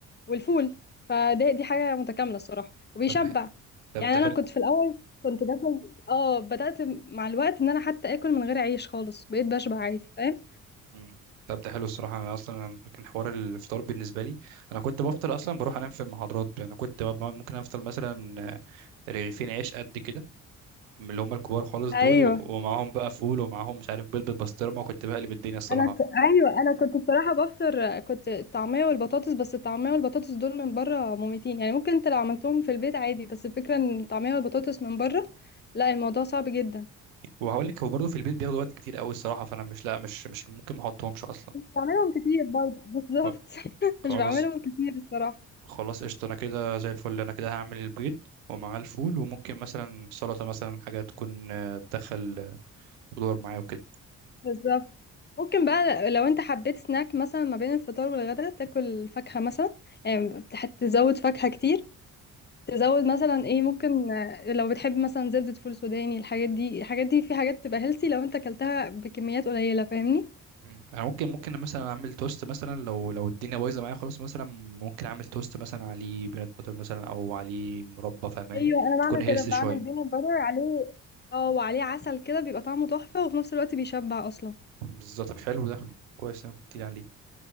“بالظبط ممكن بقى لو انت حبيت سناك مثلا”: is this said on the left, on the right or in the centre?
Left